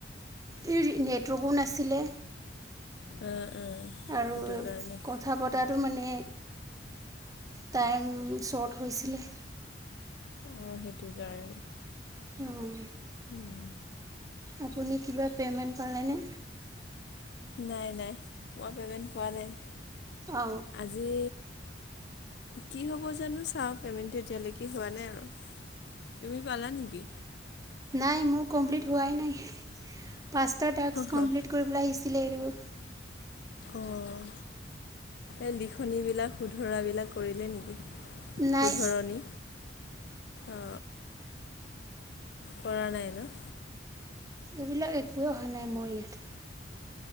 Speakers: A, on the right (about 20°); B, on the left (about 60°).
A: তোৰ নেটৱৰ্কো নাছিলে।
B: উম উম।
A: আৰু
B: সেইটো কাৰণে
A: কথা পতাটো মানে টাইম চৰ্ট হৈছিলে।
B: অঁ সেইটো কাৰণে
A: উম
B: উম,
A: আপুনি কিবা পে'মেণ্ট পালেনে?
B: নাই নাই। এতিয়া পে'মেণ্ট পোৱা নাই।
A: অ
B: আজি কি হ'ব জানো চাওঁ, পে'মেণ্টটো এতিয়ালৈকে হোৱা নাই আৰু। তুমি পালা নেকি?
A: নাই মোৰ কমপ্লিট হোৱাই নাই, পাঁচটা টাস্ক
B: অ',
A: কমপ্লিট কৰ পেলাই আহিছিলে আৰু
B: অঁ, এই লিখনিবিলাক শুধৰাবিলাক কৰিলে নেকি?
A: নাই
B: শুধৰণি অ। কৰা নাই ন?
A: এইবিলাক একোৱেই হোৱা নাই মোৰ ইয়াত।